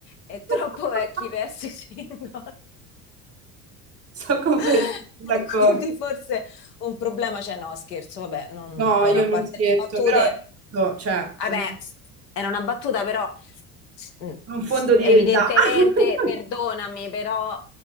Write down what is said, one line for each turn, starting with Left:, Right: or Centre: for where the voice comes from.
Left: e troppo
Right: <laughs>
Left: vecchi per essere single.
Right: Sono completamente
Left: <laughs>
Right: d'accordo.
Left: E quindi forse un problema c'è, no, scherzo, vabbè, non-
Right: No,
Left: ora
Right: io
Left: a
Right: non
Left: parte
Right: scherzo,
Left: le battute,
Right: però è tutto, cioè,
Left: vabbè,
Right: mm,
Left: era una battuta, però mm,
Right: un fondo di
Left: evidentemente,
Right: verità. <laughs>
Left: perdonami, però